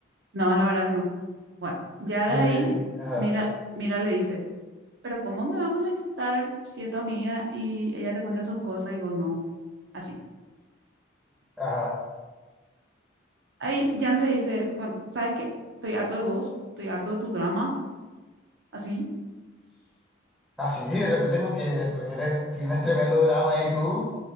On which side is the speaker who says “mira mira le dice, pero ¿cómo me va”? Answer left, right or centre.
Right